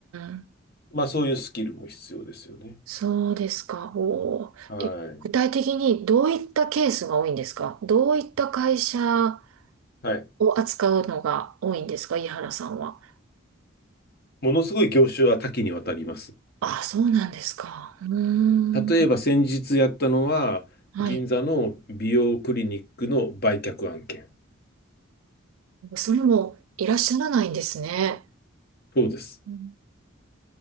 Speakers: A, on the right (about 80°); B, on the left (about 50°).
A: ん。
B: まあそういうスキルも必要ですよね。
A: そうですか。おーえ、
B: はい。
A: 具体的にどういったケースが多いんですかどういった会社
B: はい。
A: を扱うのが多いんですか井原さんは。
B: ものすごい業種は多岐にわたります。
A: あそうなんですか。うーん。
B: 例えば先日やったのは、
A: はい。
B: 銀座の美容クリニックの売却案件。
A: それもいらっしゃらないんですね。
B: そうです。
A: うん